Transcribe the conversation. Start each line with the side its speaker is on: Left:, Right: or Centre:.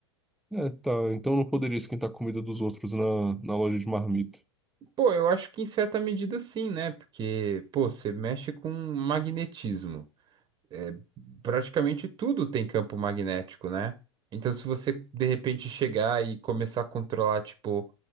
Centre: É, tá. Então não poderia esquentar a comida dos outros na, na loja de marmita.
Right: Pô, eu acho que em certa medida sim, né? Porque, pô, você mexe com magnetismo. É, praticamente tudo tem campo magnético, né? Então, se você de repente chegar e começar a controlar, tipo,